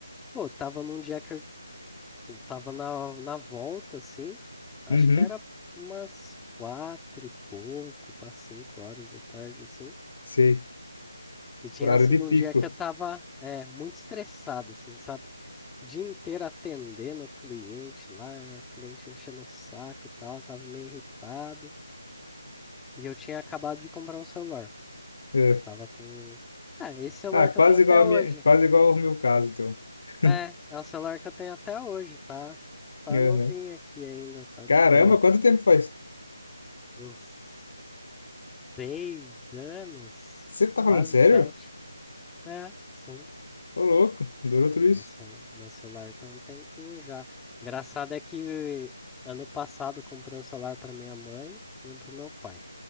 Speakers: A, in the centre; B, on the left.
A: pô, tava num dia que eu eu tava na, na volta, assim, acho
B: Uhum,
A: que era umas quatro e pouco para cinco horas da tarde, assim.
B: sei.
A: E tinha
B: Horário
A: sido
B: de pico.
A: um dia que eu tava, é, muito estressado, assim, sabe? dia inteiro atendendo o cliente lá, o cliente enchendo o saco e tal, tava meio irritado. E eu tinha acabado de comprar um celular.
B: É.
A: Tava com. Ah, esse celular
B: Ah, quase
A: que eu tenho até
B: igual a
A: hoje.
B: minha, quase igual ao meu caso, então. <laughs>
A: É, é o celular que eu tenho até hoje, tá? Tá
B: Aham.
A: novinho aqui ainda, tá
B: Caramba,
A: de boa.
B: quanto tempo faz?
A: Uns seis anos,
B: Você tá
A: quase
B: falando sério?
A: sete. É, sim.
B: Ô, louco. Durou tudo isso?
A: Meu celu- meu celular tem um tempinho já. Engraçado é que ano passado eu comprei um celular para minha mãe e um para meu pai.